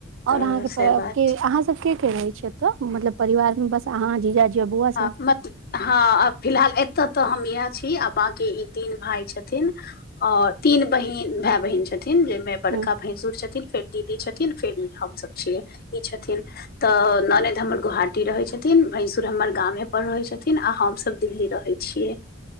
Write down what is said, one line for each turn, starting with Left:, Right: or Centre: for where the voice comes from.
Left: तऽ
Right: और अहाँ
Left: से
Right: के
Left: बात
Right: अहाँ सब के के रहे छी एत मतलब परिवार मे बस अहाँ जीजाजी आ बौआ
Left: हँ
Right: सब
Left: म <unintelligible> हँ आ फिलहाल एतय तऽ हम इएह छी आ बाकी ई तीन भाय छथिन औ तीन बहिन भाय बहिन छथिन जेहिमे बड़का
Right: ह
Left: भैंसुर छथिन फेर दीदी छथिन फेर ई हमसभ छियै ई छथिन तऽ ननैद हमर गोहाटी रहै छथिन भैंसुर हमर गामे पर रहै छथिन आ हमसभ दिल्ली रहै छियै